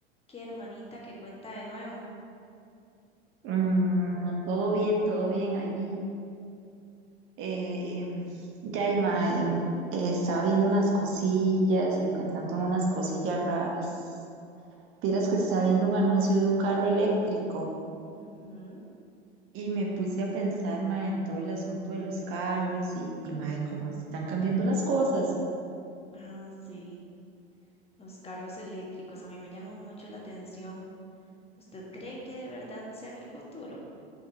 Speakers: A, on the left; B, on the right.
A: Qué hermanita que cuenta de nuevo.
B: Mm, todo bien, todo bien ahí. Eh, Yaima, eh, estaba viendo unas cosillas y pensando en unas cosillas raras. Vieras que estaba viendo un anuncio de un carro eléctrico
A: Ujú.
B: y me puse a pensar, ma, en todo el asunto de los carros y, y ma, cómo están cambiando las cosas.
A: Ah, sí, los carros eléctricos a mí me llaman mucho la atención. ¿Usted cree que de verdad sean el futuro?